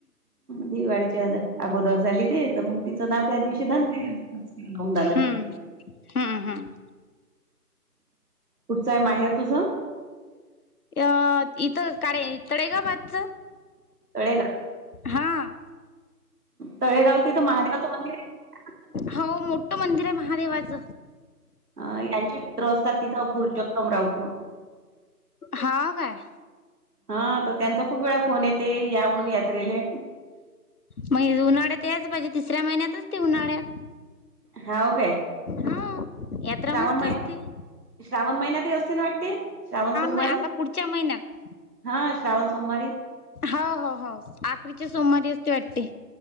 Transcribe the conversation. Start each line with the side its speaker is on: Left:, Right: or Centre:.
Right: दिवाळीच्या अगोदर झाली ते तर मग तिचं नाव त्या दिवशी धन ते अवु दानाच
Left: हम्म
Right: हे.
Left: हम्म, हम्म.
Right: कुठचं आहे माहेर तुझ?
Left: अ इथ काडे तळे गावाच.
Right: तळे गाव.
Left: हां.
Right: तळेगाव तिथं महादेवाचं मंदिर आहे
Left: होव, मोठं मंदिर आहे महादेवाच.
Right: अ यांचे मित्र असतात तिथं, पुरुषोत्तम राऊत म्हणून.
Left: हा काय?
Right: हा तर त्यांचा खूप वेळा फोन येते, या म्हणून यात्रेले.
Left: मग उन्हाळ्यात तेच पाहिजे, तिसऱ्या महिन्यात असते उन्हाळ्यात.
Right: हाव काय
Left: हा, यात्रा
Right: श्रावण
Left: मस्त
Right: मै
Left: असती.
Right: श्रावण महिन्यातही असते ना वाटते? श्रावण सोमारी?
Left: महि आता पुढच्या महिन्यात
Right: हा श्रावण सोमारी.
Left: हो, हो, हो आखरीच्या सोमवारी असते वाटते.